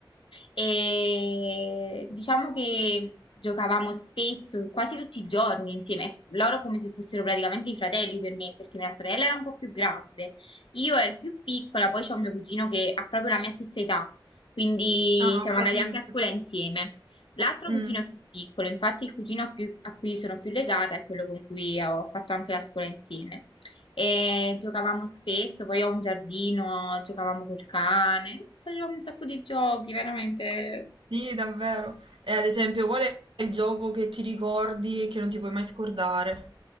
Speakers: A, on the left; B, on the right.
A: E diciamo che giocavamo spesso, quasi tutti i giorni insieme, loro come se fossero praticamente i fratelli per me, perché mia sorella era un po' più grande, io ero più piccola, poi c'ho mio cugino che ha proprio la mia stessa età, quindi
B: Ah,
A: siamo
B: ho capito.
A: andati anche a scuola insieme. L'altro
B: Mm,
A: cugino è più piccolo, infatti il cugino a, più- a cui sono più legata è quello con cui ho fatto anche la scuola insieme. E giocavamo spesso, poi ho un giardino, giocavamo col cane, facevamo un sacco di giochi, veramente.
B: sì, davvero. E ad esempio, qual è il gioco che ti ricordi e che non ti puoi mai scordare?